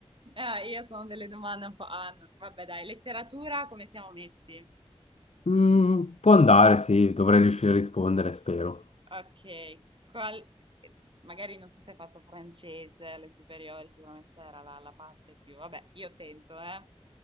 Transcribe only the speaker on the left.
Mm, può andare, sì, dovrei riuscire a rispondere, spero.